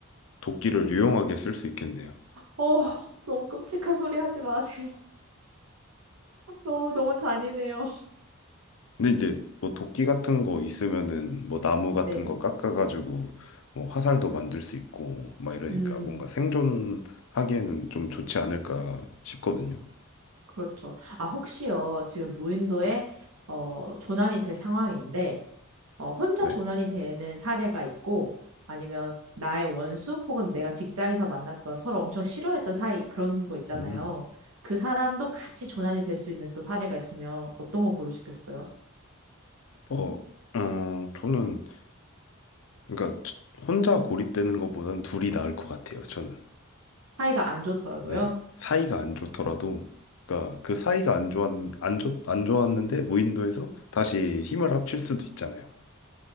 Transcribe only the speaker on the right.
어, 너무 끔찍한 소리 하지 마세요. <laughs> 너무 너무 잔인해요.
네.
음,
그렇죠. 아, 혹시요, 지금 무인도에, 어, 조난이 될 상황인데, 어, 혼자
조난이 되는 사례가 있고, 아니면 나의 원수, 혹은 내가 직장에서 만났던 서로 엄청 싫어했던 사이, 그런 거 있잖아요.
그 사람도 같이 조난이 될 수 있는 또 사례가 있으면 어떤 거 고르시겠어요?
사이가 안 좋더라도요?